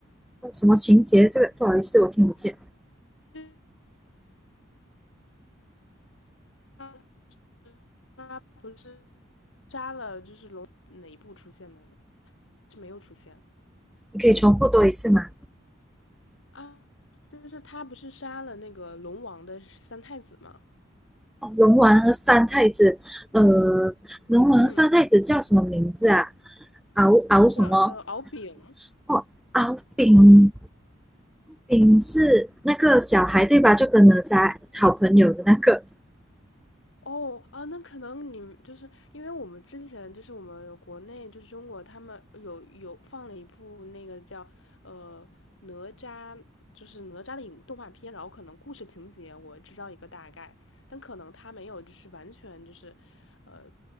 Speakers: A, in the centre; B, on the left.
A: 哦什么情节这个不好意思我听不见。
B: 就是他他不是杀了就是龙哪一部出现的呢？是没有出现
A: 你可以重复多一次吗？
B: 啊，就是他不是杀了那个龙王的三太子吗？
A: 哦龙王和三太子，呃，龙王和三太子叫什么名字啊？
B: 嗯，
A: 敖敖什么？
B: 叫呃敖丙，
A: 哦，敖丙丙是那个小孩对吧？就跟哪吒好朋友的那个
B: 哦啊，那可能你们就是因为我们之前就是我们国内就是中国他们有有放了一部那个叫呃哪吒，就是哪吒的影动画片，然后可能故事情节我知道一个大概，但可能他没有就是完全就是呃